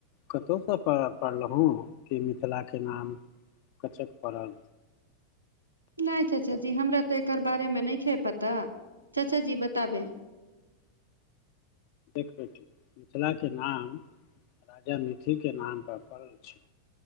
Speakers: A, on the left; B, on the right.
A: कतहुसँ प पढ़लहुँ कि मिथिलाके नाम कचक परल
B: नै चाचा जी हमरा त एकर बारेमे <unintelligible> पता चाचा जी बताबे।
A: देख बेटी मिथिलाके नाम राजा मिथी के नाम पर पड़ल छैय।